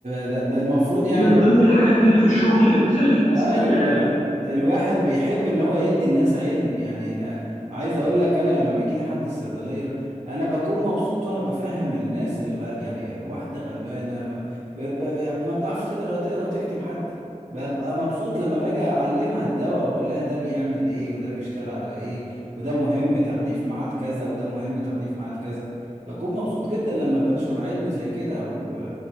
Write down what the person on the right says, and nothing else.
ده, ده المفروض يعني
ايوه
الواحد بيحب ان هو يدي الناس علم يعني أنا عايز اقول لك انا لما بيجي لي حد الصيدليه انا بكون مبسوط وانا بفهم الناس الغ... يعني واحده غلبانه ما, ب... ب... ما بتعرفش تقرا تقرا وتكتب حتى ببقى مبسوط لما باجي اعلمها الدواء واقول لها ده بيعمل ايه وده بيشتغل على ايه وده مهم تغليف ميعاد كذا وده مهم تغليف ميعاد كذا بكون مبسوط جدا لما بنشر علم زي كده و...